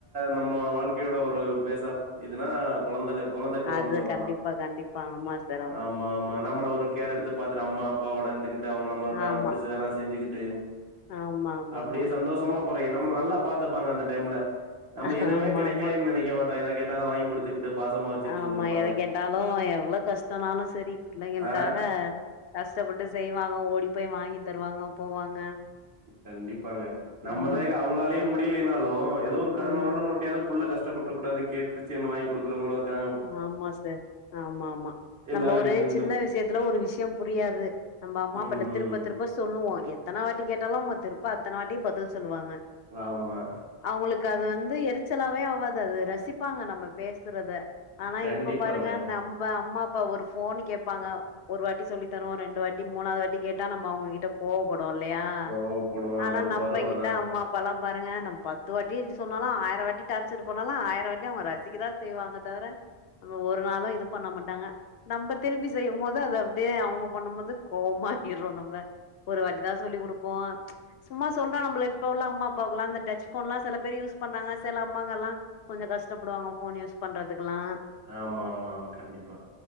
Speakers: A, on the right; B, on the left.
A: நம்ம வாழ்க்கையோட ஒரு பேஸ் ஆஃப் இதுனா கொழந்தைல கொழந்தை பருவம்னு
B: அது
A: சொல்லலா
B: கண்டிப்பா கண்டிப்பா ஆமா சார்
A: ஆமா ஆமா நம்மள ஒரு கேர் எடுத்து பாக்குற அம்மா அப்பா ஓட இருந்துகிட்டு அவங்க நம்மளுக்கா
B: ஆமா
A: நம் புடிச்சதெல்லா செஞ்சுகிட்டு
B: ஆமா ஆமா
A: அப்டியே
B: ஆமா
A: சந்தோஷமா போறே நம்மள நல்லா பாத்துப்பாங்க அந்த டைம்ல நம்ம
B: ஆமா
A: எதுமே கெடைக்கலைன்
B: ஆமா ஆமா
A: நெனைக்க மாட்டாங்க எத கேட்டாலு வாங் குடுத்துகிட்டு பாசமா வச்சுட்டு
B: ஆமா
A: இருந்திருப்பாங்க.
B: எத கேட்டாலு எவ்ளோ கஷ்டோனாலு சரி பிள்ளைகளுக்காக
A: ஆ
B: கஷ்டப்பட்டு செய்வாங்க ஓடி போய் வாங்கி தருவாங்க போவாங்க
A: கண்டிப்பாங்க நம்மளே
B: ம்
A: அவங்களாலயே முடியலைனாலு ஏதோ ஒரு கடன
B: ம்
A: ஒடன உருட்டியாவது புள்ள கஷ் கஷ்டபட்ற கூடாது கேட்டுருச்சேன் வாங் குடு க்றவங்களு இருக்கா
B: ஆமா ஆமா சார் ஆமா ஆமா நம்போ
A: எல்லாரும்
B: ஒரு
A: இங்க இந்த
B: சின்ன விஷ்யத்துல ஒரு விஷ்யம் புரியாது நம்ம அம்மாப்பாட்ட
A: ம்,
B: திருப்ப
A: ம்.
B: திருப் ப சொல்லுவோ எத்தன வாட்டி கேட்டாலு அவங்க திருப்ப அத்தன வாட்டியு பதில் சொல்லுவாங்க
A: ஆமா.
B: அவங்களுக் அது வந்து எரி சலாவே ஆவாது அது ரசிப்பாங்க நம்ம பேசுறத ஆனா
A: கண்டிப்பாங்க.
B: இப்ப பாருங்க நம்ப அம்மா ப ஒரு போன் கேப்பாங்க ஒரு வாட்டி சொல்லி தருவோ ரெண்டு வாட்டி மூனாவது வாட்டி கேட்டா நம்ம அவங்க கிட்ட கோபடுவோ இல்லையா
A: கோவப்படுவோம்.
B: ஆனா
A: அது ஒரு
B: நம்ப
A: பருவம்
B: கிட்ட
A: அதான்.
B: அம்மா பெல்லா பாருங்க நம் பத்து வாட்டி சொன்னாலு ஆயிரோ வாட்டி டார்ச்சர் பண்ணாலு ஆயிரோ வாட்டி அவங்க ரசிக்கதா செய்வாங்க தவர நம்ம ஒரு நாளு இது பண்ண மாட்டாங்க நம்ப திரும்பி செய்யும் போது அத அப்டியே அவங்க பண்ணும் போது கோவமா ஆகிறோ நம்ம ஒரு வாட்டி தா சொல்லி் குடுப்போ சும்மா சொல்றாங்க நம்ள இப்ப உள்ள அம்மா அப்பாகுலா இந்த டச் போன்லா செல பேரு யூஸ் பண்ணாங்க செல அம்மாங்கல்லா கொஞ்சோ கஷ்டப்படுவாங்க போன் யூஸ் பண்றதுக்குல்லா
A: ஆமா ஆமா ஆமா கண்டிப்பா